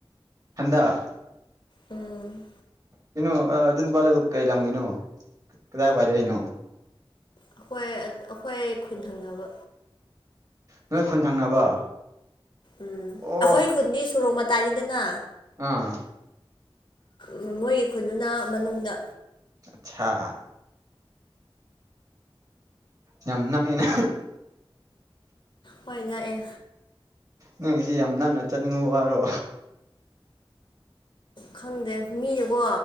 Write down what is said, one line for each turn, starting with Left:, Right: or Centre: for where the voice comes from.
Right: ꯊꯟꯗ
Left: ꯎꯝ
Right: ꯀꯩꯅꯣ ꯑꯗꯨ ꯅꯨꯄꯥꯂ ꯀꯩ ꯂꯝꯒꯤꯅꯣ ꯀꯗꯥꯏꯋꯥꯏꯗꯏꯩꯅꯣ
Left: ꯑꯩꯈꯣꯏ ꯑꯩꯈꯣꯏ ꯈꯨꯟꯊꯪꯅꯕ
Right: ꯅꯣꯏ ꯈꯨꯟ ꯊꯪꯅꯕ
Left: ꯎꯝ
Right: ꯑꯣ
Left: ꯑꯩꯈꯣꯏ ꯈꯨꯟꯗꯤ ꯁꯨꯔꯣꯡ ꯃꯇꯥꯏꯅꯤꯗꯅ
Right: ꯑꯥ
Left: ꯝ ꯃꯣꯏꯒꯤ ꯈꯨꯟꯗꯨꯅ ꯃꯅꯨꯡꯗ
Right: ꯑꯆꯥ ꯌꯥꯝ ꯅꯥꯑꯦꯅ
Left: ꯍꯣꯏ ꯉꯥꯛꯑꯦ
Right: ꯅꯪ ꯁꯤ ꯌꯥꯝ ꯛꯅ ꯆꯠꯅꯤꯡꯕ ꯋꯥꯔꯣ
Left: ꯈꯪꯗꯦ ꯃꯤꯗꯨꯀꯣ